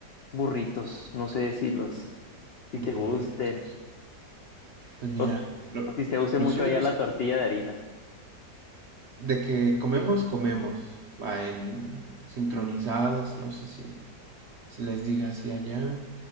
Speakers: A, on the left (about 80°); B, on the right (about 60°).
A: burritos. No sé si los, si te
B: Burrito.
A: gusten
B: Pues mira,
A: o,
B: lo-
A: o si se use
B: los
A: mucho
B: únicos
A: allá la tortilla de harina.
B: de que comemos, comemos. Va en sincronizadas, no sé si se les diga así allá,